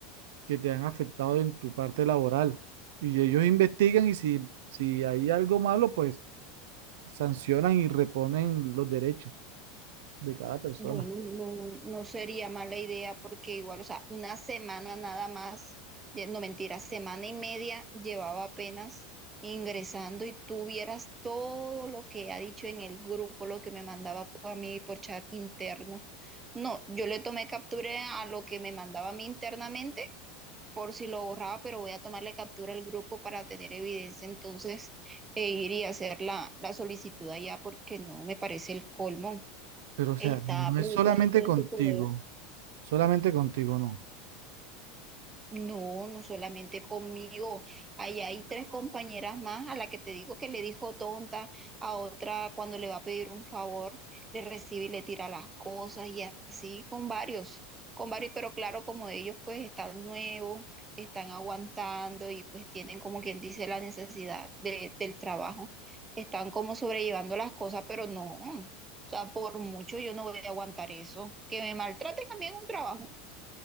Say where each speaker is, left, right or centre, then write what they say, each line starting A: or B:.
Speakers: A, on the right; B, on the right.
A: que te han afectado en tu parte laboral. Y ellos investigan y si, si hay algo malo, pues sancionan y reponen los derechos de cada persona.
B: Bueno, no, no sería mala idea porque igual, o sea, una semana nada más, ye- no mentira, semana y media llevaba apenas ingresando y tú vieras todo lo que ha dicho en el grupo, lo que me mandaba por a mí por chat interno. No, yo le tomé captura a lo que me mandaba a mí internamente por si lo borraba, pero voy a tomarle captura al grupo para tener evidencia entonces e ir y hacer la, la solicitud allá porque no me parece el colmo
A: Pero o
B: está
A: sea, no
B: aprovechándose
A: es solamente
B: de
A: contigo,
B: su poder.
A: solamente contigo no.
B: No, no solamente conmigo. Allá hay tres compañeras más a la que te digo que le dijo tonta, a otra cuando le va a pedir un favor, le recibe y le tira las cosas y así con varios, con varios, pero claro, como ellos pues están nuevos, están aguantando y pues tienen como quien dice la necesidad de- del trabajo, están como sobrellevando las cosas, pero no. O sea, por mucho yo no voy a aguantar eso. Que me maltraten a mí en un trabajo.